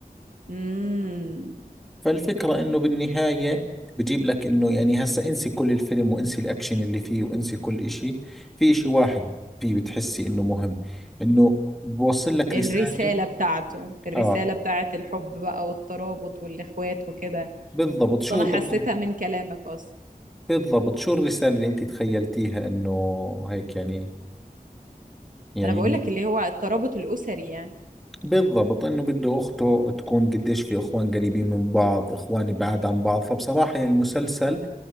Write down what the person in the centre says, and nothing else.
فالفكرة انه بالنهاية بجيب لك انه يعني هسا انسي كل الفيلم وانسي الاكشن اللي فيه وانسي كل اشي في اشي واحد فيه بتحسي انه مهم انه بوصل لك
رسالة
اه
بالضبط شو
تق-
بالضبط شو الرسالة اللي انت تخيلتيها انه هيك يعني يعني
بالضبط انه بده اخته تكون قديش في اخوان قريبين من بعض اخوان بعاد عن بعض فبصراحة يعني المسلسل